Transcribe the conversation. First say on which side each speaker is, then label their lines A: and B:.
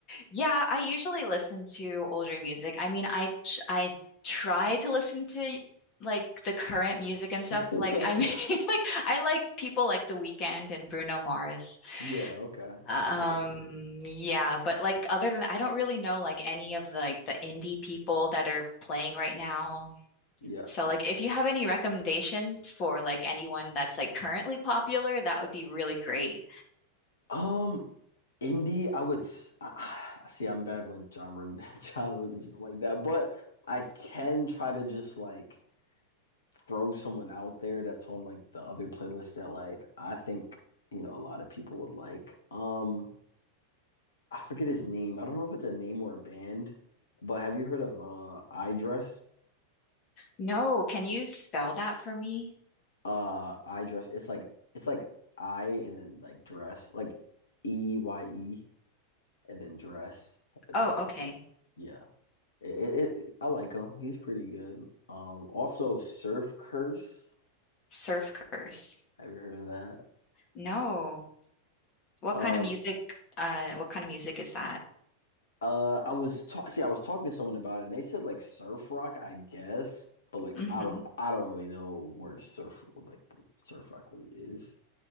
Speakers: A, on the left (about 35°); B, on the left (about 65°).
A: Yeah, I usually listen to older music. I mean, I tr- I try to listen to like the current music and stuff.
B: <laughs>
A: Like I mean, <laughs> like I like people like The Weeknd and Bruno Mars.
B: Yeah, okay.
A: Um,
B: That's good.
A: yeah, but like other than that, I don't really know like any of the like the indie people that are playing right now.
B: Yeah.
A: So like if you have any recommendations for like anyone that's like currently popular, that would be really great.
B: Um, indie, I would s- I- I- see I'm bad with genre <laughs> genres and stuff like that, but I can try to just like throw someone out there that's on like the other playlist that like I think, you know, a lot of people would like. Um, I forget his name. I don't know if it's a name or a band, but have you heard of uh iDress?
A: No, can you spell that for me?
B: Uh, I dress. It's like it's like I and then like dress, like E Y E and then dress, like a dress.
A: Oh, okay.
B: Yeah, it, it, it- I like him. He's pretty good. Um, also Surf Curse.
A: Surf Curse.
B: Have you heard of that?
A: No. What
B: Uh,
A: kind of music uh what kind of music is that?
B: uh, I was ta see, I was talking to someone about it, and they said like surf rock, I guess, but like
A: Mm-hmm.
B: I don't, I don't really know where surf like what surf rock really is.